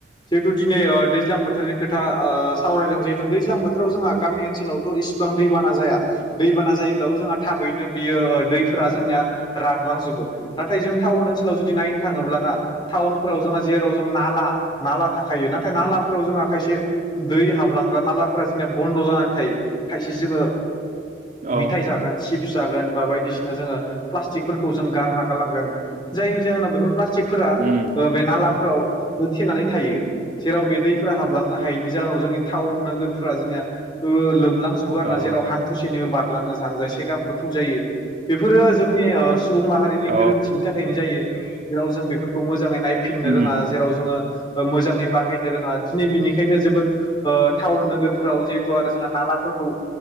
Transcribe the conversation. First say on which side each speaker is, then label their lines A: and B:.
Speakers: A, on the left; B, on the right.
A: जिहेतु दिनै ओ दैज्लां बोथोरनि खोथा ओ सावरायदों जिहेतु दैज्लां बोथोराव जोंहा गामि ओनसोलावथ' इस सिबां दैबाना जाया। दैबाना जायोब्लाबो जोंहा थाबैनो बियो ओ दैफोरा जोंनिया रानलांजोबो। नाथाय जों टाउन ओनसो जों जुदि नायनो थाङोब्ला ना टाउनाफोराव जोंहा जेराव जों नाला नाला थाखायो नाथाय नाला फोराव जोंहा खायसे दै हाबलांग्रा नालाफोरा जोंनिया बन्द' जानानै थायो खायसे जोङो
B: औ
A: मिथाय जागोन सिप्स जागोन बा बायदिसिना जोङो प्लासटिकफोरखौ जों गारना गालांगोन जायनि जाहोनाव बेफोर प्लास्टिकफोरा
B: उम
A: ओ बे नालाफोराव होथेनानै थायो। जेराव बे दैफोरा हाबलांनो हायैनि जाहोनाव जोंनि टाउन नोगोरफोरा जोंनिया ओ लोमलां जुबो आरोना
B: औ
A: जेराव हान्थु थुसेनिबो बारलाङो जानजायसे गाहाम गोथौ जायो बेफोरो जोंनि ओ सुबुं माहारिनि
B: औ
A: गोरोन्थि। बिदि जायो जाय जों बेफोरखौ मोजांङै नायफिननो
B: उम
A: रोङा जेराव जोङो मोजाङै बाहायनो रोङा दिनै बिनिखायनो जोबोद टाउन नोगोरफोराव जिहेथु आरो जोंहा नालाफोरखौ